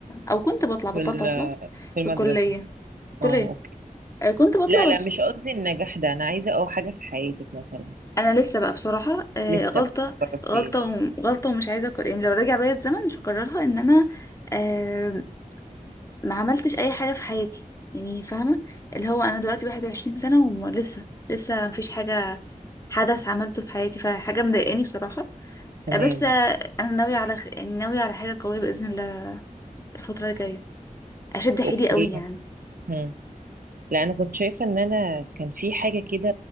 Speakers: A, on the left; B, on the right.
A: او كنت بطلع بطلت
B: في ال-
A: اطلع
B: في
A: في
B: المدرسه
A: الكليه في الكليه
B: اه اوكي
A: آه، كنت بطلع
B: لا لا
A: بس
B: مش قصدي النجاح ده انا عايزه اه حاجه في حياتك مثلا
A: انا لسه بقى بصراحه آه،
B: لسه
A: غلطه
B: بقى ما جربتيش
A: غلطه وم- غلطه ومش عايزه أكرر. يعني لو راجع بيا الزمن مش هكررها ان انا آه، ما عملتش اي حاجه في حياتي يعني فاهمه اللي هو انا دلوقتي 21 سنه ولسه لسه مفيش حاجه حدث عملته في حياتي فحاجه مضايقاني بصراحه
B: تمام
A: آه، بس آه، انا ناويه على خ- يعني ناويه على حاجه قويه باذن الله الفتره الجايه اشد حيلي
B: اوكي
A: قوي يعني
B: مم. لا انا كنت شايفه ان انا كان في حاجه كده